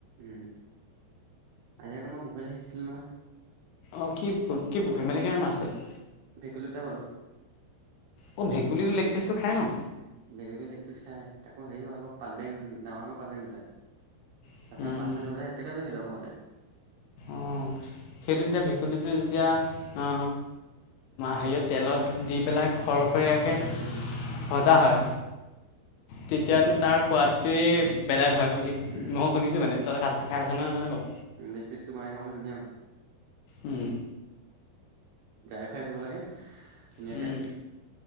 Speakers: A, on the right (about 75°); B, on the left (about 80°).
A: উম, আজি আক 'মই পুখুৰী এটা সেচিছিলো নহয়।
B: অহ কি কি পুখুৰী মানে কিমান মাছ পালি
A: ভেকুলী এটা পালোঁ।
B: অঁ, ভেকুলীৰ লেগপিচটো খায় ন?
A: ভেকুলীৰ লেগপিচচ খায়। তাকৌ হেৰি হ'ল আকৌ পাতবেং, ডাঙৰ ডাঙৰ পাতবেং দুটা। তাপা
B: ন
A: মাছ নেপালে, সেইটোকে লৈ আহিলে আৱ ঘৰলে।
B: অঁ। তে ভেকুলীটো যেতিয়া আ হেৰীয়ত তেলত দি পেলাই খৰখৰীয়াকে
A: মই তিনিটা-
B: ভজা হয়। তেতিয়াটো
A: উম,
B: তাৰ সোৱাদটোৱে বেলেগ হয় বুলি মই
A: উম,
B: শুনিছোঁ মানে, তই খাই পাইছা নহয়, জানিব
A: লেগ পিচটো বনাই খাবলে ধুনীয়া হ'ব।
B: উম।
A: ড্ৰাই ফ্ৰাই কৰিব লাগে ধুনীয়াকে,
B: উম।